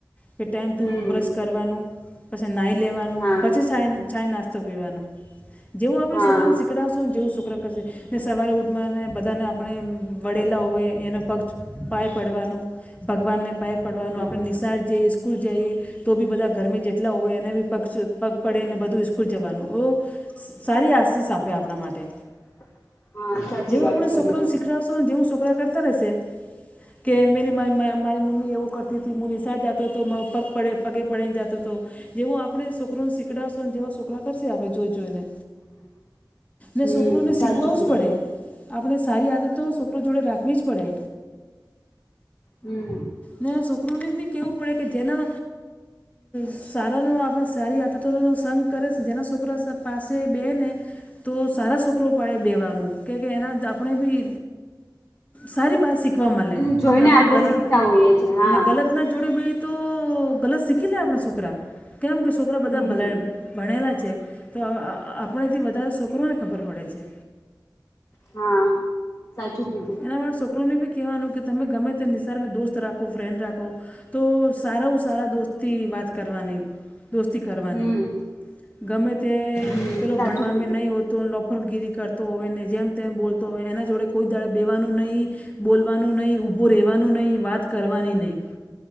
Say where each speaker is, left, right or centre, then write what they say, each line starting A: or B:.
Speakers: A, on the left; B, on the left.
A: કે ટાઈમ
B: હમ
A: તું બ્રશ કરવાનું પછી નાઈ લેવાનું
B: હા
A: પછી સાય ચાય નાસ્તો પીવાનું જેવું આપણે
B: હા
A: છોકરાને શીખ પાવશોને જેવું શુક્ર કરશે ને સવારે ઉઠવાને બધાને આપણે વડેલા હોય એને પક્ષ પાય પડવાનું ભગવાનને પાય પડવાનું
B: હમ
A: આપણે નિશાળ જે સ્કૂલ જઈએ તો બી બધા ઘરમે જેટલા હોય એને બી પગચ પગ પડે ને બધું સ્કૂલ જવાનું ઓ સારી આસિસ આપે આપણા માટે.
B: <inaudible> સાચી
A: જેવું
B: વાત
A: આપણે
B: કરી
A: છોકડુંને
B: તમે
A: શીખડાવશો જેવું છોકરા કરતા રહેશે. કે મેરી મા મારી મમ્મી એવું કરતી હતી મું નિશાળ જાતો તો પગ પડે પગે પડેને જાતો હતો. જેવું આપણે છોકરોને સીકડાશો જેવા છોકરા કરશે આપડણે જોઈ જોઈને.
B: <inaudible>
A: ને છોકરોને શીખવાવું
B: સાચું કીધું
A: જ પડે આપણે સારી આદતો છોકરો જોડે રાખવી જ પડે.
B: હમ.
A: ને છોકરોને બી કેવું પડે કે જેના સારાનો આપણે સારી આતતોનો સંગ કરે છે જેના છોકરા પાસે બે ને તો સારા છોકરો પાડે બેવાનું કે કે એના આપણે બી સારી બાત શીખવા મળેને
B: એને જોઈને
A: આપણે ગલ
B: શીખતા હોઈએ છે હા
A: ને ગલત ના જોડે બે તો ગલત શીખી લે આપણા છોકરા કેમ કે છોકરા
B: હમ
A: બધા ભલા ભણેલા છે તો આપણેથી વધારે છોકરોને ખબર પડે છે.
B: હા. સાચો બોલ.
A: ના વાળ છોકરોને બી કહેવાનું કે તમે ગમે તે નિશસારમાં દોસ્ત રાખ. ફ્રેન્ડ રાખો તો સારા ઓ સારા દોસ્ત થી વાત કરવાની. દોસ્તી કરવાની
B: હમ
A: ગમે તે
B: હમ
A: પેલો
B: સાચું
A: ભણવામાં
B: કીધું
A: નહીં હોત. તો લોપરગીરી કરતો હોય ને જેમ તેમ બોલતો હોય એના જોડે કોઈ દડ બેવાનું નહી. બોલવાનું નહીં ઊભું રહેવાનું નહીં વાત કરવાની નહીં.